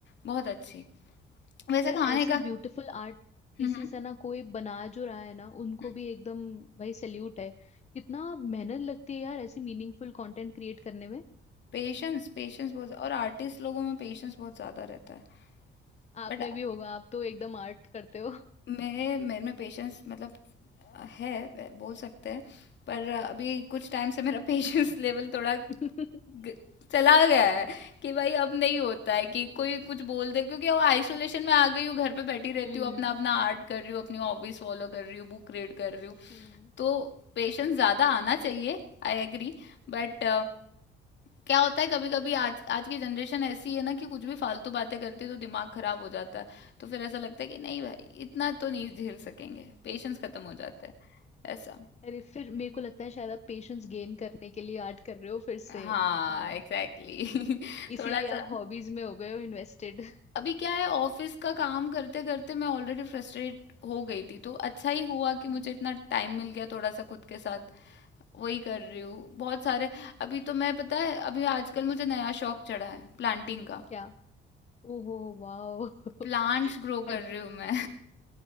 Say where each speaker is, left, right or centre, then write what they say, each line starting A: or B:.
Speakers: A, on the left; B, on the left.
A: बहुत अच्छी वैसे
B: यार
A: खाने
B: ऐसे
A: का
B: ब्यूटीफुल आर्ट पीसेस
A: हम्म
B: है ना कोई बना जो रहा है ना उनको
A: हम्म
B: भी एकदम भाई सल्यूट है कितना मेहनत लगती है यार ऐसे मीनिंगफुल कंटेंट क्रिएट करने में
A: पेशेंस पेशेंस बहुत और आर्टिस्ट लोगों में पेशेंस बहुत ज्यादा रहता है
B: आप
A: बट
B: में भी होगा आप तो एकदम आर्ट करते हो
A: मेरे मेरे में पेशेंस मतलब है वे- बोल सकते हैं पर अभी कुछ टाइम से मेरा <laughs> पेशेंस लेवल थोड़ा
B: <laughs>
A: ग- चला गया है कि भाई अब नहीं होता है कि कोई कुछ बोल दे क्योंकि वो आइसोलेशन में आ गई हूँ घर पे बैठी रहती
B: हम्म
A: हूँ अपना अपना आर्ट कर रही हूँ अपनी हॉबीज फॉलो कर रही हूँ बुक रीड कर रही हूँ
B: हम्म
A: तो पेशेंस ज्यादा आना चाहिए I agree बट क्या होता है कभी कभी आज आज की जनरेशन ऐसी है ना कि कुछ भी फालतू बातें करती है तो दिमाग खराब हो जाता है तो फिर ऐसा लगता है कि नहीं भाई इतना तो नहीं झेल सकेंगे पेशेंस खत्म हो जाता है ऐसा
B: अरे फिर मेरे को लगता है शायद आप पेशेंस गेन करने के लिए आर्ट कर रहे हो फिर से
A: हाँ
B: हम्म
A: एग्जैक्टली <laughs>
B: इसीलिए
A: थोड़ा सा
B: आप हॉबीज में हो गए हो इन्वेस्टेड
A: अभी क्या है ऑफिस का काम करते करते मैं ऑलरेडी फ्रस्ट्रेट हो गई थी तो अच्छा ही हुआ कि
B: हम्म
A: मुझे इतना टाइम मिल गया थोड़ा सा खुद के साथ वही
B: हम्म
A: कर रही हूँ बहुत सारे अभी तो मैं पता है अभी आजकल मुझे नया शौक चढ़ा है प्लांटिंग
B: <laughs>
A: का
B: क्या ओहो वाओ <laughs>
A: प्लांट्स ग्रो कर
B: और
A: रही हूँ मैं